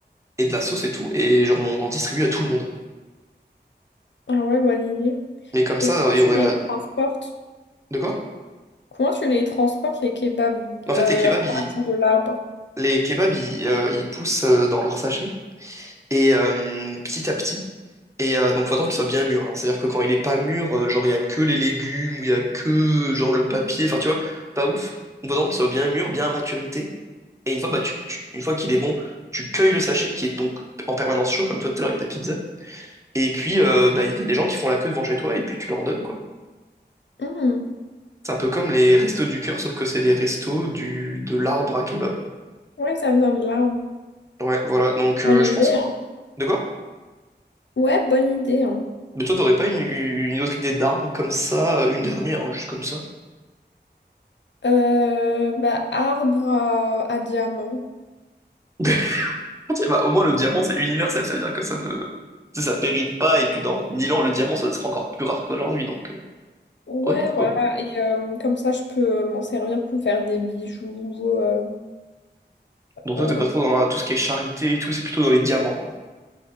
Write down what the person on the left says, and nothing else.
Ah ouais, bonne idée.
Mais
comment
tu
les
transportes?
Comment tu les transportes, les kebabs,
euh,
à
partir de l'arbre?
Mhm.
Ouais, ça vient de l'arbre.
Bonne
idée,
hein.
Ouais, bonne idée, hein.
Euh, bah, arbre à, à diamant.
Ouais,
voilà.
Et euh, comme ça, je peux euh, m'en servir pour faire des bijoux. euh,
euh,